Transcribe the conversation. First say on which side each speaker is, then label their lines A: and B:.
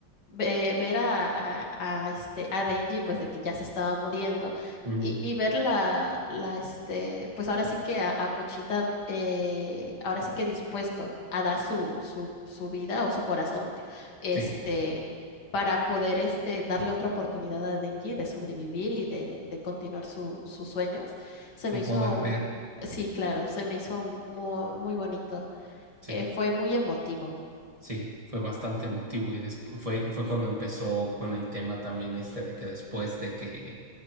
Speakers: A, on the left (about 60°); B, on the right (about 20°).
A: ve- ver a, a- a, este a Denji, pues de que ya se estaba muriendo,
B: Ujú,
A: y, y ver la, la este, pues ahora sí que a, a Pochita, eh, ahora sí que dispuesto a dar su, su, su vida o su corazón, este
B: Sí.
A: para poder este, darle otra oportunidad a Denji de sobrevivir y de, de continuar su- sus sueños. Se
B: Y
A: me hizo
B: poder
A: un,
B: ver,
A: sí, claro, se me hizo muy, muy bonito.
B: sí,
A: Eh, fue muy emotivo.
B: sí, fue bastante emotivo. Y después fue, fue cuando empezó con el tema también este de que después de que